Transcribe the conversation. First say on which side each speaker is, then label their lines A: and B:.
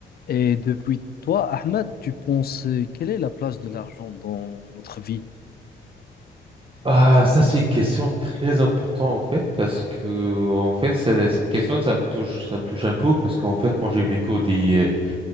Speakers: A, on the left; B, on the right.
A: Et depuis toi, Ahmed, tu penses euh, quelle est la place de l'argent dans notre vie?
B: Ah, ça c'est une question très importante en fait parce que en fait ça- cette question ça me touche ça me touche un peu parce qu'en fait moi j'ai vécu des euh,